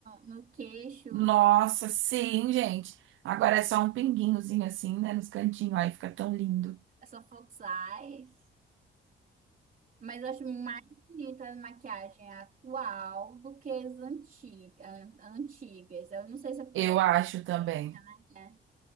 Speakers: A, on the right; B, on the right.
A: no queixo.
B: Nossa, sim, gente. Agora é só um pinguinhozinho assim, né, nos cantinhos, aí fica tão lindo.
A: É só Fox Eyes. Mas eu acho mais bonita a maquiagem atual do que as antiga, an- antigas. Eu não sei se é porque
B: Eu
A: é
B: acho também.
A: tendência, né?